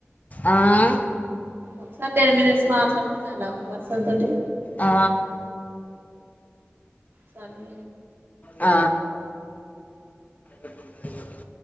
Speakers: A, on the left; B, on the right.
A: ఆ ఆ
B: ఒకసారి టెన్ మినిట్స్ మాట్లాడితే చాలా ఒక పర్సన్ తోటి
A: ఆ
B: చల్
A: ఆ అర్ధ కలేదు